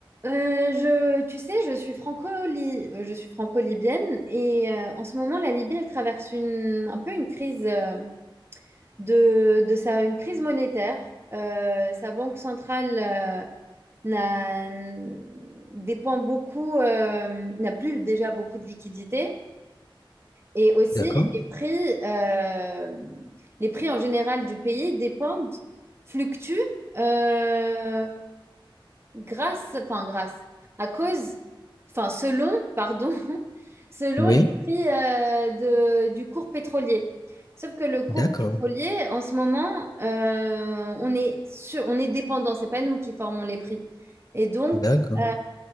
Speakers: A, on the right; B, on the left.
A: Euh, je, tu sais, je suis franco je suis franco-libyenne et euh, en ce moment, la Libye, elle traverse une, un peu une crise euh, de, de sa, une crise monétaire. Euh, sa banque centrale euh, n'a- dépend beaucoup, euh, n'a plus déjà beaucoup de liquidités et aussi
B: D'accord.
A: les prix, euh, les prix en général du pays dépendent, fluctuent. euh, grâce, enfin grâce, à cause, enfin selon, pardon, <laughs> selon
B: Oui,
A: les prix euh, de- du cours pétrolier. Sauf que le cours
B: d'accord.
A: pétrolier, en ce moment, euh, on est sur, on est dépendant, c'est pas nous qui formons les prix. Et donc,
B: D'accord.
A: euh,